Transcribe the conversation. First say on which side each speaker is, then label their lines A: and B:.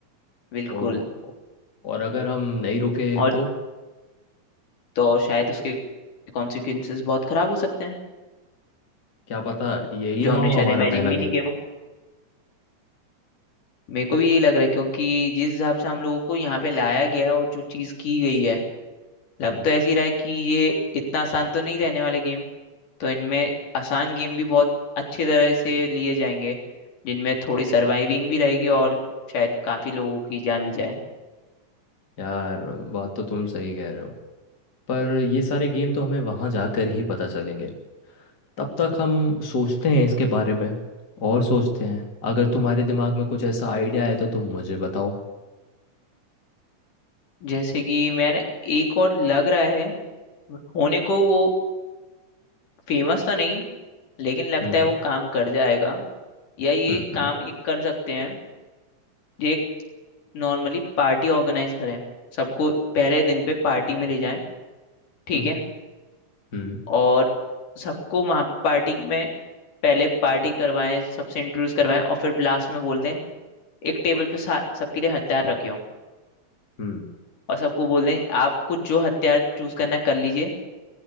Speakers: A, on the left (about 80°); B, on the left (about 30°).
A: बिल्कुल
B: ओ और अगर हम नहीं रुके
A: और
B: तो
A: तो और शायद उसके कॉन्सिक्वेंसेस बहुत खराब हो सकते हैं
B: क्या पता यही
A: जो
B: ना
A: हमने
B: हो
A: शायद
B: हमारा
A: इमेजिन
B: पहला
A: भी नहीं
B: गेम
A: किया हो मेरे को भी ये लग रहा है क्योंकि जिस हिसाब से हम लोगों को यहाँ पे लाया गया है और जो चीज की गई है लग
B: हम्म
A: तो ऐसी रहा है कि ये इतना आसान तो नहीं रहने वाले गेम तो इनमें आसान गेम भी बहुत अच्छी तरह से लिए जाएंगे जिनमें थोड़ी सर्वाइविंग भी रहेगी और शायद काफी लोगों की जान भी जाए
B: यार बात तो तुम सही कह रहे हो पर ये सारे गेम तो हमें वहां जाकर ही पता चलेंगे तब तक हम सोचते हैं इसके बारे में और सोचते हैं अगर तुम्हारे दिमाग में कुछ ऐसा आइडिया है तो तुम मुझे बताओ
A: जैसे कि मैंने एक और लग रहा है होने को वो फेमस तो नहीं लेकिन लगता
B: हम्म
A: है वो काम कर जाएगा या ये
B: हम्म हम्म
A: काम एक कर सकते हैं ये एक नॉर्मली पार्टी ऑर्गेनाइज करें सबको पहले दिन पे पार्टी में ले जाएं ठीक
B: हम्म हम्म
A: है
B: हम्म
A: और सबको वहाँ पार्टी में पहले पार्टी करवाएं सबसे इंट्रोड्यूस करवाएं और फिर लास्ट में बोल दें एक टेबल पे सा- सबके लिए हथियार रखे हों
B: हम्म,
A: और सबको बोल दें आपको जो हथियार चूज करना है कर लीजिए